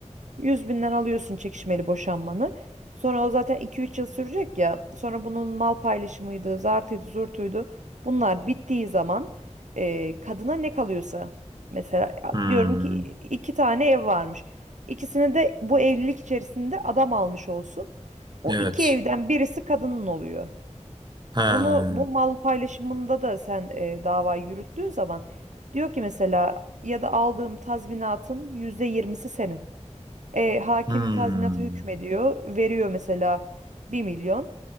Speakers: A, on the right; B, on the right.
A: 100 binden alıyorsun çekişmeli boşanmanı. Sonra o zaten iki üç yıl sürecek ya. Sonra bunun mal paylaşımıydı, zartıydı, zurtuydu. Bunlar bittiği zaman e, kadına ne kalıyorsa mesela
B: Hmm.
A: diyorum ki iki tane ev varmış. İkisini de bu evlilik içerisinde adam almış olsun. O
B: Evet.
A: iki evden birisi kadının oluyor.
B: Ha.
A: Bunu bu mal paylaşımında da sen e, dava yürüttüğün zaman diyor ki mesela ya da aldığım tazminatın yüzde yirmisi senin. E, hakim
B: Hmm.
A: tazminata hükmediyor. Veriyor mesela bir milyon